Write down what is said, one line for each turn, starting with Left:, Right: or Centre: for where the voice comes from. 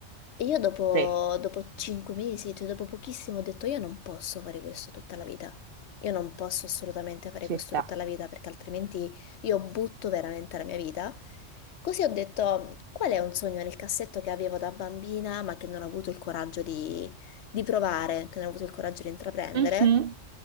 Left: E io dopo,
Right: Sì,
Left: dopo 5 mesi, cioè dopo pochissimo, ho detto io non posso fare questo tutta la vita. Io non posso assolutamente fare
Right: ci
Left: questo
Right: sta.
Left: tutta la vita perché altrimenti io butto veramente la mia vita. Così ho detto qual è un sogno nel cassetto che avevo da bambina ma che non ho avuto il coraggio di, di provare, che non ho avuto il coraggio di intraprendere.
Right: Mhm,